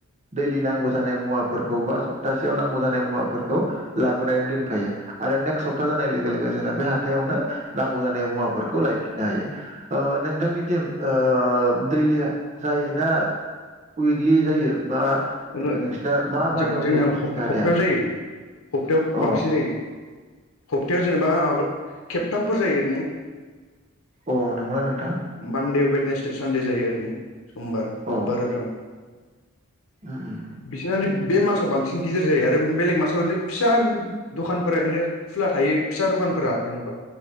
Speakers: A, on the right; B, on the left.
A: दैलि नांगौ जानाय मुवाफोरखौ बा सप्तासेयाव नांगौ जानाय मुवाफोरखौ लाबोनायानै दोनखायो आरो सोबथा जानाय लोगो लोगो जोंना बे हाथायावनो नांगौ जानाय मुवाफोरखौ लायफिननो हायो। नोंथांनि टिम दैलि जायोना उइकलि जायो बा।
B: जोंना
A: नोंसिना मा बारायाव जायो नोंसिनिखै
B: हप्तायाव
A: हाथाया
B: जायो हप्तायाव
A: अ
B: बांसिन जायो। हप्तायाव जेनेबा माबा खेबथामफोर जायो ओरैनो।
A: अ नंगौ नोंथां
B: मानदे वेदनेसडे सानडे जायो ओरैनो समबार
A: अ
B: बुधबार
A: उम उम
B: बिसोर बे मासाव बांसिन गिदिर जायो आरो बेलेग मासाव ओरैनो फिसा दखान रैनो खुला थायो फिसा दखानफोरा जेनेबा